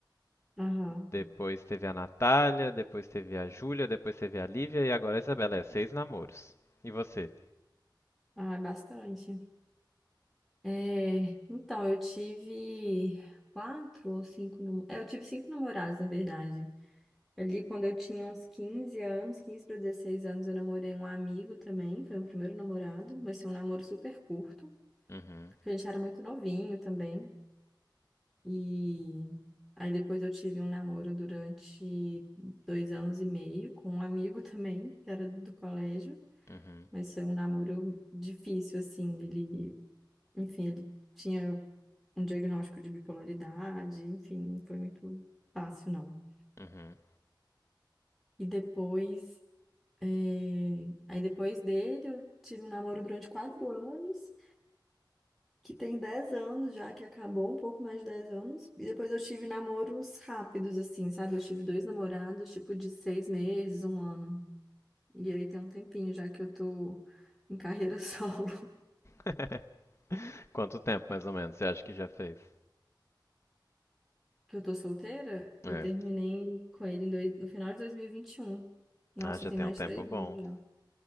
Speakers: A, in the centre; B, on the left (about 30°).
A: Aham.
B: Depois teve a Natália, depois teve a Júlia, depois teve a Lívia e agora a Isabela, é seis namoros. E você?
A: Ah, bastante. É, então, eu tive quatro ou cinco. nam- É, eu tive cinco namorados, na verdade. Ali, quando eu tinha uns 15 anos, 15 para 16 anos, eu namorei um amigo também. Foi meu primeiro namorado, mas foi um namoro super curto.
B: Uhum.
A: Porque a gente era muito novinho também. E aí depois eu tive um namoro durante dois anos e meio com um amigo <laughs> também, que era do colégio.
B: Uhum.
A: Mas foi um namoro difícil, assim. Ele, enfim, ele tinha um diagnóstico de bipolaridade, enfim, não foi muito fácil, não.
B: Uhum.
A: E depois, eh, aí depois dele eu tive um namoro durante quatro anos. que tem 10 anos já, que acabou, um pouco mais de 10 anos. E depois eu tive namoros rápidos, assim, sabe? Eu tive dois namorados, tipo, de seis meses, um ano. E aí tem um tempinho já que eu tô em carreira <laughs> solo,
B: <laughs> Quanto tempo mais ou menos você acha que já fez?
A: que eu tô solteira.
B: É.
A: Eu terminei com ele em dois- no final de dois mil e vinte e um Nossa,
B: Ah, já
A: tem
B: tem
A: mais
B: um tempo
A: de três
B: bom.
A: anos já.